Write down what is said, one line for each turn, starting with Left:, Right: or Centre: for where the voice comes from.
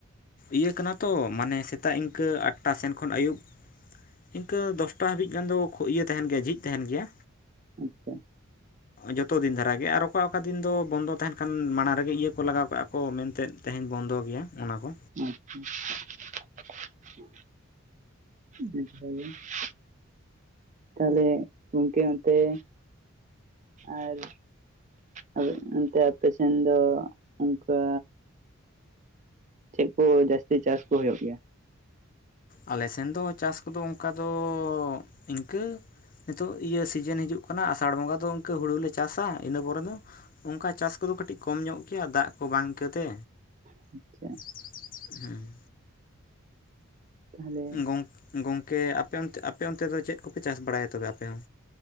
Left: ᱤᱭᱟᱹ ᱠᱟᱱᱟ ᱛᱚ, ᱢᱟᱱᱮ ᱥᱮᱛᱟᱜ ᱤᱱᱠᱟᱹ ᱟᱴᱴᱟ ᱥᱮᱱ ᱠᱷᱚᱱ ᱟᱹᱭᱩᱵ ᱤᱱᱠᱟᱹ ᱫᱚᱥᱴᱟ ᱦᱟᱹᱵᱤᱡ ᱜᱟᱱ ᱫᱚ ᱤᱭᱟᱹ ᱛᱟᱦᱮᱱ ᱜᱮᱭᱟ ᱡᱷᱤᱡ ᱛᱟᱦᱮᱱ ᱜᱮᱭᱟ᱾
Right: ᱟᱪᱪᱷᱟ
Left: ᱡᱚᱛᱚ ᱫᱤᱱ ᱫᱷᱟᱨᱟᱜᱮ ᱟᱨ ᱚᱠᱟ ᱚᱠᱟ ᱫᱤᱱ ᱫᱚ ᱵᱚᱱᱫᱚ ᱛᱟᱦᱮᱱ ᱠᱷᱟᱱ ᱢᱟᱲᱟᱝ ᱨᱮᱜᱮ ᱤᱭᱟᱹ ᱠᱚ ᱞᱟᱜᱟᱣ ᱠᱟᱜᱼᱟ ᱠᱚ ᱢᱮᱱ ᱛᱮᱫ ᱛᱮᱦᱮᱧ ᱵᱚᱱᱫᱚ ᱜᱮᱭᱟ ᱚᱱᱟ ᱠᱚ᱾
Right: ᱟᱪᱪᱷᱟ <unintelligible> ᱛᱟᱦᱚᱞᱮ ᱜᱚᱢᱠᱮ ᱚᱱᱛᱮᱮ ᱟᱨ ᱟᱫᱚ ᱚᱱᱛᱮ ᱟᱯᱮ ᱥᱮᱱ ᱫᱚ ᱚᱱᱠᱟ ᱪᱮᱫ ᱠᱚ ᱡᱟᱹᱟᱥᱛᱤ ᱪᱟᱥ ᱠᱩ ᱦᱩᱭᱩᱜ ᱜᱮᱭᱟ?
Left: ᱟᱞᱮ ᱥᱮᱱ ᱫᱚ ᱪᱟᱥ ᱠᱚᱫᱚ ᱚᱱᱠᱟ ᱫᱚ ᱤᱱᱠᱟᱹ, ᱱᱤᱛᱚᱜ ᱤᱭᱟᱹ ᱥᱤᱡᱤᱱ ᱦᱤᱡᱩᱜ ᱠᱟᱱᱟ ᱟᱥᱟᱲ ᱵᱚᱸᱜᱟ ᱫᱚ ᱤᱱᱠᱟᱹ ᱦᱩᱲᱩᱞᱮ ᱪᱟᱥᱟ ᱤᱱᱟᱹ ᱯᱚᱨᱮ ᱫᱚ ᱚᱝᱠᱟ ᱪᱟᱥ ᱠᱚᱫᱚ ᱠᱟᱹᱴᱤᱡ ᱠᱚᱢ ᱧᱚᱜ ᱜᱮᱭᱟ ᱫᱟᱜ ᱠᱚ ᱵᱟᱝ ᱠᱟᱹᱛᱮ᱾
Right: ᱟᱪᱪᱷᱟ
Left: <unintelligible> ᱦᱮᱸ
Right: ᱛᱟᱦᱚᱞᱮ
Left: ᱜᱚᱝᱠ ᱜᱚᱝᱠᱮ ᱟᱯᱮ ᱚᱱ ᱟᱯᱮ ᱚᱱᱛᱮ ᱫᱚ ᱪᱮᱫ ᱠᱚᱯᱮ ᱪᱟᱥ ᱵᱟᱲᱟᱭᱟ ᱛᱚᱵᱮ ᱟᱯᱮ ᱦᱚᱸ?